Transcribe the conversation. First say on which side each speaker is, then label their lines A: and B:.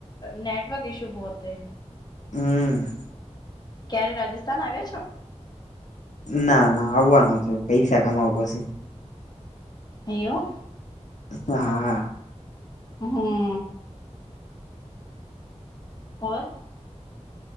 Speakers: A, on the left; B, on the left.
A: નેટવર્ક ઇશુ બહોત હે
B: હમ
A: ક્યારે રાજસ્થાન આવ્યા છો
B: ના ના આવવાનું છે પૈસા કમાવ પછી
A: હ એવું
B: હા હા
A: હમ ઓર